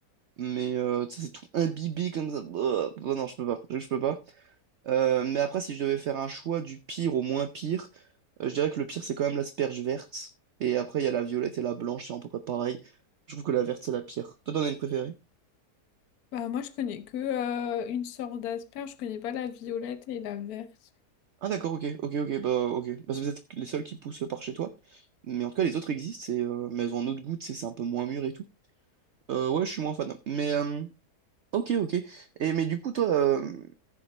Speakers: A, on the right (about 60°); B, on the left (about 70°).
A: Mais euh, tu sais, c'est tout imbibé comme ça. Bah, bah non, je peux pas. J'avoue que Je peux pas. Euh, mais après, si je devais faire un choix du pire au moins pire, euh, je dirais que le pire, c'est quand même l'asperge verte. Et après, il y a la violette et la blanche, c'est à peu près pareil. Je trouve que la verte, c'est la pire. Toi, t'en as une préférée?
B: Bah, moi, je connais que euh, une sorte d'asperge. Je connais pas la violette et la verte.
A: Ah d'accord, ok, ok, ok, bah ok. Bah, c'est peut-être les seuls qui poussent par chez toi. Mais en tout cas, les autres existent, et, euh, mais elles ont un autre goût, tu sais, c'est un peu moins mûr et tout. Euh, ouais, je suis moins fan. Mais euh, ok, ok. Et mais du coup, toi, euh,